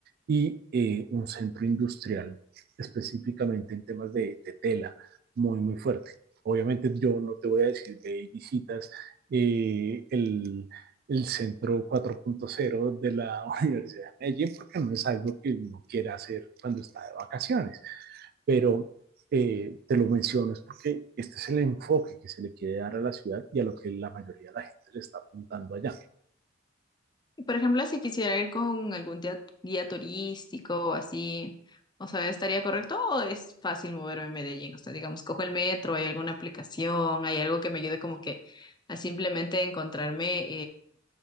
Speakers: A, on the right; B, on the left.
A: y eh, un centro industrial específicamente en temas de, de, tela muy, muy fuerte. Obviamente yo no te voy a decir de visitas eh, el, el, centro cuatro punto cero de la <laughs> Universidad de Medellín porque no es algo que uno quiera hacer cuando está de vacaciones, pero eh, te lo menciono es porque este es el enfoque que se le quiere dar a la ciudad y a lo que la mayoría de la gente le está apuntando allá.
B: Y, Por ejemplo, si quisiera ir con algún guía, guía turístico o así, o sea, ¿estaría correcto o es fácil moverme en Medellín? O sea, digamos, cojo el metro, hay alguna aplicación, hay algo que me ayude como que a simplemente encontrarme